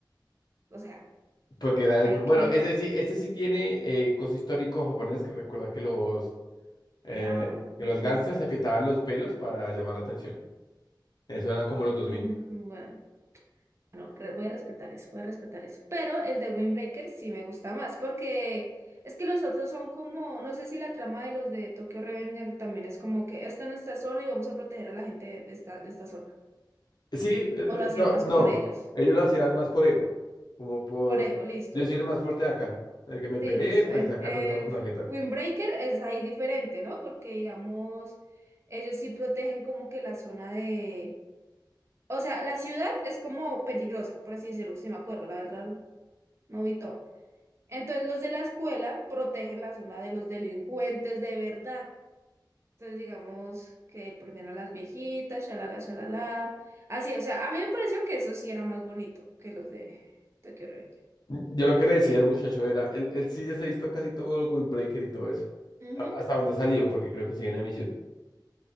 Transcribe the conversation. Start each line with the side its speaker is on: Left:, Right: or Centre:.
Right: O sea,
Left: Porque era,
Right: hay
Left: bueno,
Right: que me.
Left: ese sí, ese sí tiene eh, coso histórico japonés que recuerda que los, eh,
Right: Ah, bueno, bueno,
Left: que los
Right: ahí
Left: gangsters
Right: no me meto.
Left: se pintaban los pelos para llamar la atención. Eso era como los
Right: Mm,
Left: dos mil
Right: bueno. No, re- voy a respetar eso, voy a respetar eso. Pero el de Windbreaker sí me gusta más, porque es que los otros son como, no sé si la trama de los de Tokyo Revenger también es como que esta es nuestra zona y vamos a proteger a la gente de esta, de esta zona.
Left: Sí, el-
Right: O lo hacían
Left: no,
Right: más
Left: no,
Right: por ellos,
Left: ellos lo hacían más por ego, como por,
Right: por ego, listo.
Left: yo soy el más fuerte de acá, el que me
Right: Sí,
Left: peleé,
Right: listo.
Left: pues
Right: En,
Left: acá
Right: eh,
Left: nos damos en la jeta.
Right: Windbreaker es ahí diferente, ¿no? Porque digamos, ellos sí protegen como que la zona de... O sea, la ciudad es como peligrosa, por así decirlo, si me acuerdo, la verdad, no vi todo. Entonces los de la escuela protegen la zona de los delincuentes de verdad. Entonces digamos que protegen a las viejitas, shalala, shalala. Así, o sea, a mí me pareció que eso sí era más bonito que los de Tokyo Revenger.
Left: Mm, Yo lo que le decía
Right: Eh,
Left: al muchacho era, él, él sí ya se ha visto casi todo el Windbreaker y todo eso,
Right: ujú,
Left: hasta donde ha salido, porque creo que sigue en emisión.